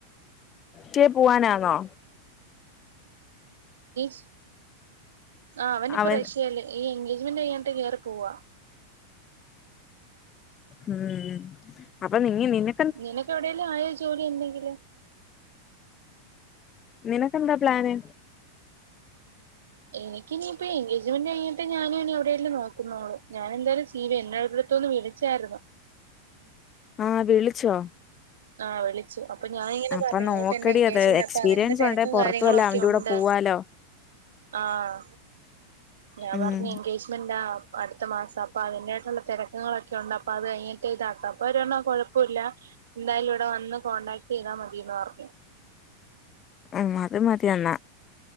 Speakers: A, on the left; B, on the right.
A: റ്റ് പോവാനാന്നൊ
B: ശ് ആ അവനിപ്പൊ
A: അവൻ
B: റഷ്യെല് ഈ എൻഗേജ്മെന്റ് കഴഞ്ഞിട്ട് കെറി പോവാ
A: മ്മ് അപ്പൊ നിങ്ങ നിന
B: നിനക്കെവിടെേലും ആയ ജോലി എന്തെങ്കിലും
A: നിനക്കെന്താ പ്ലാന്
B: എനിക്കിനിയിപ്പോ എൻഗേജ്മെന്റ് കഴിഞ്ഞിട്ടെ ഞാനുനിയെവിടേലും നോക്കുന്നൊള്ളോ ഞാൻ എന്തായാലും സീ വി എന്നേയോരിടത്തുനിന്ന് വിളി ച്ചായരുന്നു
A: ആ വിളിച്ചോ
B: ആഹ് വിളി ച്ചു അപ്പൊ ഞാനിങ്ങനെ
A: അപ്പൊ
B: പറഞ്ഞങ്ങോട്ട്
A: നോക്കടി
B: എന്റെ എൻഗേജ്മെന്റ
A: അത് എക്സ്പീരിയൻസ്
B: അപ്പൊ അതിന്റെ തെരക്കും
A: ഉണ്ടേ പുറത്തു
B: കാര്യങ്ങളൊക്കെ
A: വല്ല അവന്റെ
B: ഒണ്ട്
A: കൂടെ പോവാലോ
B: ആഹ് ഞാൻ
A: ഉം
B: പറഞ് എൻഗേജ്മെന്റാ ആ അടുത്ത മാസം അപ്പൊ അതിന്റെയായിട്ടുള്ള തെരക്കങ്ങളൊക്കെയുണ്ട് അപ്പൊ അത് കഴിഞ്ഞിട്ടിതാക്കാ അപ്പൊ അവര് പറഞ്ഞു കൊഴപ്പോല്ല എന്തായാലുവിടെ വന്ന് കോൺടാക്ട് ചെയ്ത മതിന്ന് പറഞ്ഞു
A: മ്മ് അത് മതിയെന്നാ